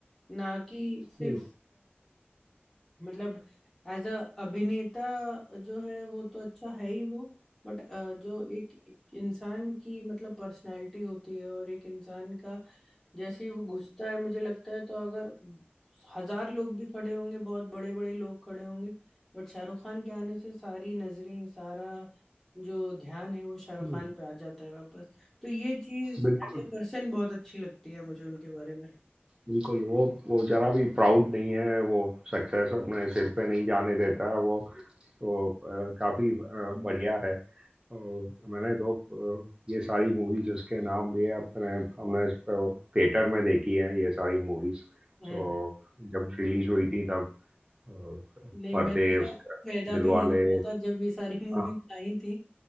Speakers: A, in the centre; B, on the right (about 25°).
A: ना कि सिर्फ
B: हम्म,
A: मतलब एज अ अभिनेता जो है वो तो अच्छा है ही वो बट जो एक एक इंसान की मतलब पर्सनालिटी होती है और एक इंसान का जैसे ही वो घुसता है मुझे लगता है तो अगर हजार लोग भी खड़े होंगे बहुत बड़े बड़े लोग खड़े होंगे बट शाहरुख खान के आने से सारी नजरें सारा जो ध्यान है वो शाहरुख
B: हम्म,
A: खान पे आ जाता है वापस तो ये चीज
B: बिल्कुल
A: एज ए पर्सन बहुत अच्छी लगती है मुझे उनके बारे में
B: बिल्कुल वो वो जरा भी प्राउड नहीं है वो सक्सेस अपने सिर पे नहीं जाने देता है वो तो अ, काफी अ, बढ़िया है अ, मैंने तो अ, ये सारी मूवीज जिसके नाम लिए अपने हमने थिएटर में देखी है ये सारी मूवीज
A: हम्म
B: तो जब रिलीज हुई थी तब अ,
A: नहीं
B: पर्दे
A: मैं तो
B: उसका
A: पैदा
B: दिलवाले
A: भी नहीं हुआ था जब ये सारी मूवीज
B: अ,
A: आई थी